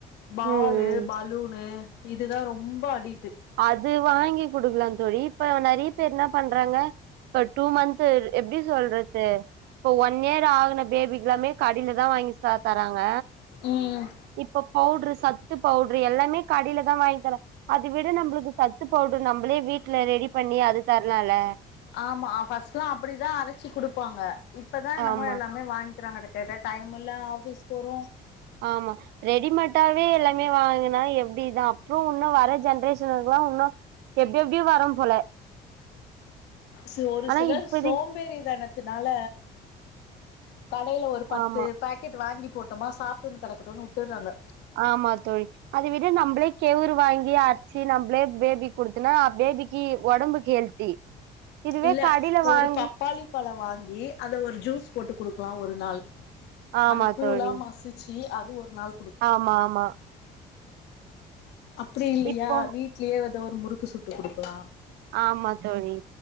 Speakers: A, on the left; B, on the right.
A: பாலு
B: ம் ம்
A: பலூனு இதுதா ரொம்ப அடிட்டு
B: அது வாங்கி குடுக்கலாம் தோழி இப்ப நறையா பேர் என்ன பண்றாங்க இப்ப டூ மந்த்து எப்டி சொல்றது இப்போ ஒன் ஒன் இயர் ஆகுன பேபிக் எல்லாமே கடில தா வாங்கி சா தராங்க
A: ம்
B: இப்ப பவுடரு சத்து பவுடரு எல்லாமே கடைல தா வாங்கி தர அது வி ட்டு நம்பளுக்கு சத்து பவுடரு நம்பளே வீட்ல ரெடி பண்ணி அது தர்லால்ல
A: ஆமா ஃபஸ்ட்லா அப்டிதா அரச்சு குடுப்பாங்க இப்பதா நம்மோ
B: ஆமா
A: எல்லாமே வாங்கிறாங்க கட் கேட்டா டைம் இல்ல ஆஃபீஸ் போறோ
B: ஆமா ரெடிமேட்டாவே எல்லாமே வாங்குனா எப்டிதா அப்புறோ உன்னு வர ஜென்ரேஷ் ஷனுக்குல்லா உன்னு எப்டி எப்டியு வரம் போல
A: சோ ஒரு
B: ஆனா
A: சிலர்
B: இப்பதி
A: சோம்பேறி தனத்துனால கடைல ஒரு பத்து
B: ஆமா
A: பேக்கெட்டு வாங்கி போட்டம்மா சாப்டுன்னு கெடக்கட்டுன்னு உட்டுறாங்க
B: ஆமா தோழி அதை விட நம்பளே கேவுரு வாங்கி அர் ச்சு நம்பளே பேபிக் குடுத்தன்னா பேபிக்கி ஒடம்புக் ஹெல்தி இதுவே
A: இல்ல
B: கடில
A: ஒரு
B: வாங்கி
A: பப்பாளி பழோ வாங்கி அத ஒரு ஜூஸ் போட்டு குடுக்கலா ஒரு நாள்
B: ஆமா
A: அத கூலா
B: தோழி
A: மஸ் மசுச்சு அது ஒரு நாள் கு
B: ஆமா ஆமா
A: அப்டி இல்லையா
B: இப்போ
A: வீட்லயே ஏதோ ஒரு முறுக்கு சுட்டு குடுக்கலா
B: ஆமா தோழி